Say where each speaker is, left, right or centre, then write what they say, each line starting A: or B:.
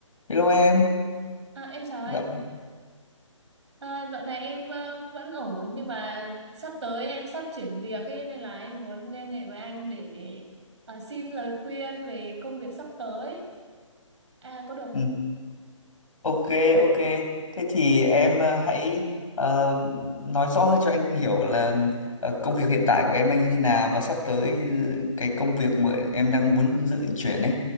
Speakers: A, on the left; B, on the right.
A: Hello em.
B: À, em chào anh.
A: Dạ.
B: À, dạo này em ờ, vẫn ổn nhưng mà sắp tới em sắp chuyển việc ấy, nên là em muốn liên hệ với anh để ờ, xin lời khuyên về công việc sắp tới. À, có được không
A: Ừ, Ok, ok. Thế thì em ờ, hãy ờ, nói rõ hơn cho anh hiểu là ờ, công việc hiện tại của em đang như thế nào và sắp tới cái công việc mà em đang muốn dự định chuyển ấy